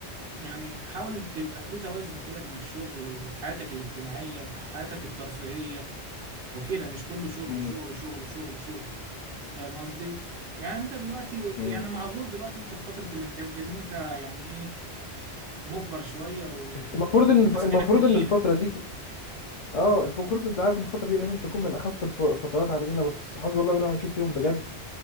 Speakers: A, on the right (about 60°); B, on the left (about 60°).
A: يعني حاول تبقى في توازن كده بين الشغل وحياتك الاجتماعية وحياتك الترفيهية وكده مش كله شغل
B: مم.
A: شغل شغل شغل شغل فاهم قصدي؟ يعني انت دلوقتي يعني
B: مم.
A: معذور دلوقتي انت في فترة الامتياز دي لان انت يعني ايه مجبر شوية و-
B: المفروض ان
A: وماسكينك
B: الف- المفروض
A: من ايدك
B: ان الفترة دي اه المفروض انت عارف ان الفترة دي لازم تكون من اخف الف- الفترات علينا بس حسبي الله ونعم الوكيل فيهم بجد